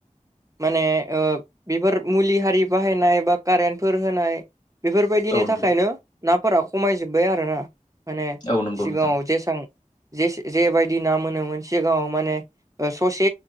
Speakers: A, on the right; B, on the left.
A: माने ओ बेफोर मुलि हारि बाहायनाय बा कारेन्टफोर होनाय बेफोरबायदिनि
B: औ नंगौ
A: थाखायनो नाफोरा खमायजोब्बाय आरो ना। माने
B: औ नंगौ
A: सिगाङाव
B: नोंथां
A: जेसां जे जेबायदि ना मोनोमोन सिगाङाव माने ओ ससे